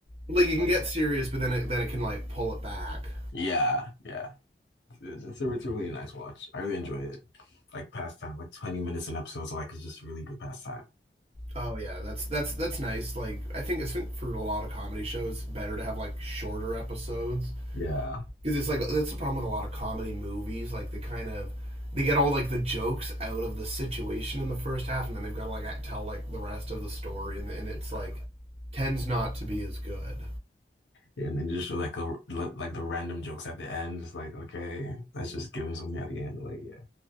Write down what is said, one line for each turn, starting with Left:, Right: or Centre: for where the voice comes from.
Right: Like
Left: It's
Right: it can
Left: like,
Right: get
Left: it's,
Right: serious, but then it then it can like pull it back.
Left: yeah, yeah. It's, it's a, it's a really nice watch. I really enjoy it. Like pastime, like 20 minutes an episode, so like it's just really good pastime.
Right: Oh yeah, that's that's that's nice. Like I think it's for a lot of comedy shows better to have like shorter episodes
Left: Yeah.
Right: because it's like that's the problem with a lot of comedy movies. Like they kind of they get all like the jokes out of the situation in the first half, and then they've got to like tell like the rest of the story, and, and it's
Left: yeah.
Right: like tends not to be as good.
Left: Yeah. And then just show like a, like the random jokes at the end. It's like, okay, let's just give him something at the end. Like, yeah.